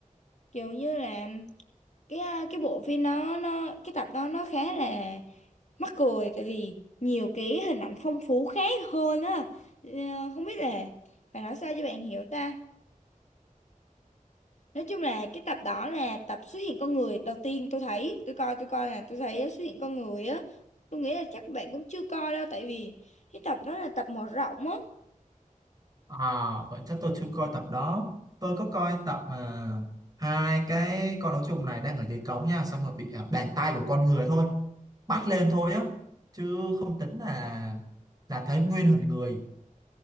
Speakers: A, on the left; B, on the right.
A: kiểu như là cái à, cái bộ phim đó nó cái tập đó nó khá là mắc cười tại vì nhiều cái hình ảnh phong phú khác hơn á Ờ, không biết là phải nói sao cho bạn hiểu ta nói chung là cái tập đó là tập xuất hiện con người đầu tiên tôi thấy tôi coi tôi coi là tôi thấy xuất hiện con người á tôi nghĩ là chắc bạn cũng chưa coi đâu tại vì cái tập đó là tập mở rộng á
B: À, vậy chắc tôi chưa coi tập đó. Tôi có coi tập mà hai cái con ấu trùng này đang ở dưới cống nha, xong rồi bị à, bàn tay của con người thôi bắt lên thôi á, chứ không tính là là thấy nguyên hình người.